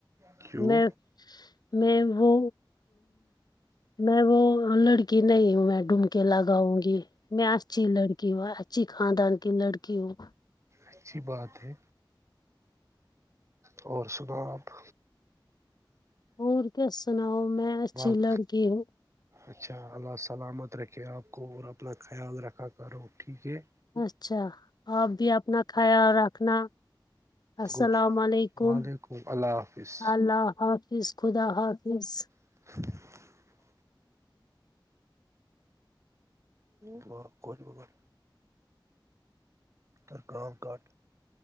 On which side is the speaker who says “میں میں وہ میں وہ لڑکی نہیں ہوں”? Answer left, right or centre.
Left